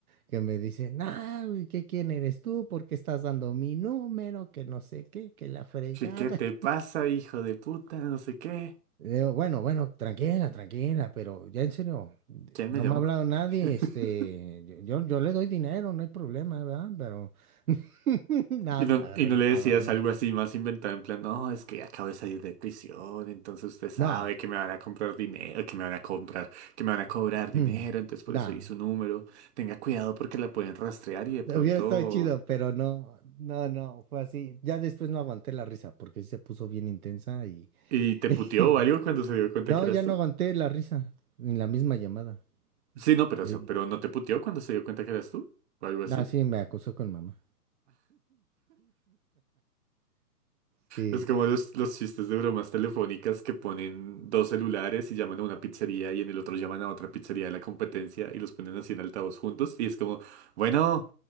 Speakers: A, on the right; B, on the right.
A: Que me dice, nah, güey, ¿qué quién eres tú? ¿Por qué estás dando mi número? Que no sé qué, que la fregada.
B: ¿Qué, qué te pasa, hijo de puta? No sé qué.
A: Le digo, bueno, bueno, tranquila, tranquila, pero ya en serio, de-
B: ¿Quién
A: no
B: me llamó?
A: me ha hablado nadie,
B: <laughs>
A: este, yo, yo yo le doy dinero, no hay problema, ¿verdad? Pero, <laughs> no,
B: Y
A: estaba
B: no, y
A: re
B: no
A: encabrona.
B: le decías algo así más inventado, en plan, no, es que acabo de salir de prisión, entonces usted sabe
A: No,
B: que me van a comprar dinero, que me van a comprar, que me van a cobrar
A: <clears throat>
B: dinero, entonces por
A: no.
B: eso di su número. Tenga cuidado porque la pueden rastrear y de pronto...
A: Hubiera estado chido, pero no, no, no, fue así. Ya después no aguanté la risa porque sí se puso bien intensa y...
B: ¿Y te
A: <laughs>
B: puteó o algo cuando se dio cuenta
A: No,
B: que eras
A: ya
B: tú?
A: no aguanté la risa en la misma llamada.
B: Sí, no, pero,
A: Eh,
B: eso- pero no te puteó cuando se dio cuenta que eras tú, o algo así.
A: ah, sí, me acosó con mamá. Sí,
B: Es como los, los chistes de bromas telefónicas que ponen dos celulares y llaman a una pizzería y en el otro llaman a otra pizzería de la competencia y los ponen así en altavoz juntos y es como, bueno,